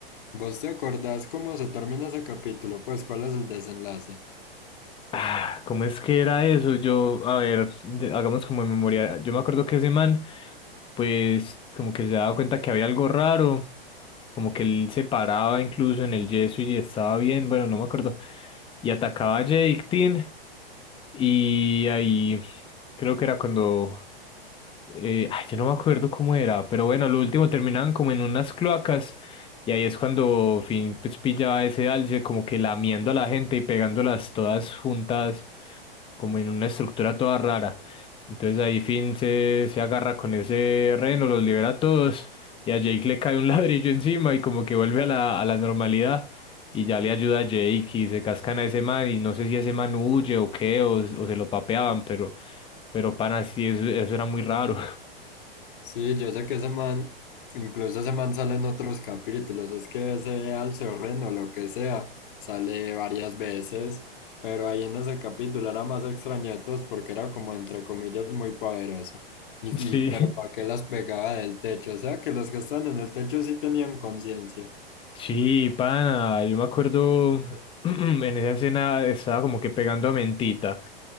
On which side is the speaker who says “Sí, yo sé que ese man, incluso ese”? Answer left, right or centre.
Left